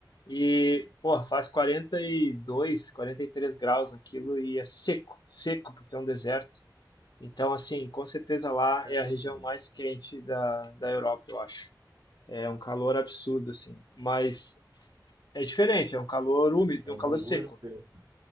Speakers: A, on the left (about 65°); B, on the right (about 50°).
A: e, porra, faz quarenta quarenta e dois, quarenta e três graus naquilo e é seco, seco porque é um deserto. Então, assim, com certeza lá
B: Caramba.
A: é a região mais quente da, da Europa, eu acho. É um calor absurdo, assim. Mas é diferente, é um calor úmido,
B: É
A: é
B: o
A: um calor
B: Bangu
A: seco.
B: europeu.